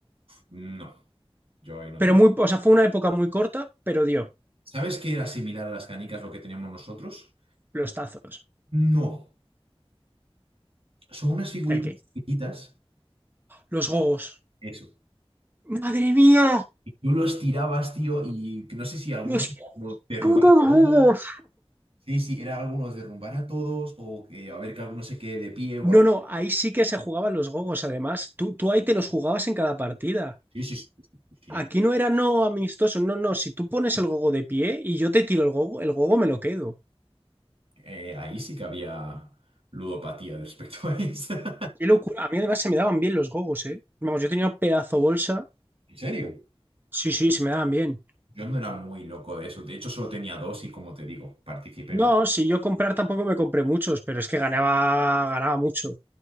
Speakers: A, on the right (about 70°); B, on the right (about 20°).
A: no, yo ahí no
B: Pero
A: te lo...
B: muy... O sea, fue una época muy corta, pero dio
A: ¿Sabes qué era similar a las canicas lo que teníamos nosotros?
B: los tazos.
A: No, son unas figuritas
B: El que...
A: chiquititas.
B: Los gogos.
A: Eso.
B: ¡Madre mía!
A: Y tú los tirabas, tío, y que no sé si algunos
B: ¡Los
A: eran como derrumbar
B: gogos!
A: a todos. Sí, sí, era algunos derrumbar a todos o que a ver que alguno se quede de pie o algo.
B: No, no, ahí sí que se jugaban los gogos, además. Tú, tú ahí te los jugabas en cada partida.
A: Sí, sí, sí, sí. sí. sí.
B: Aquí no era no amistoso, no, no. Si tú pones el gogo de pie y yo te tiro el gogo, el gogo me lo quedo.
A: Eh, ahí sí que había ludopatía de respecto a eso. <laughs>
B: Qué locura. A mí además se me daban bien los gogos, ¿eh? Vamos, yo tenía un pedazo bolsa.
A: ¿En serio?
B: Sí, sí, se me daban bien.
A: Yo no era muy loco de eso. De hecho, solo tenía dos y como te digo, participé en un...
B: No, si yo comprar tampoco me compré muchos, pero es que ganaba, ganaba mucho.